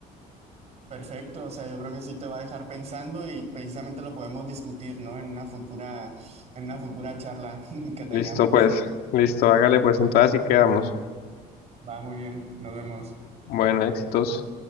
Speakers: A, on the right (about 45°); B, on the left (about 80°).
A: Perfecto, o sea, yo creo que sí te va a dejar pensando y precisamente lo podemos discutir, ¿no? En una futura, en una futura charla <laughs> que tengamos.
B: Listo, pues, listo, hágale pues, entonces así quedamos.
A: Va, muy bien, nos vemos.
B: Bueno, éxitos.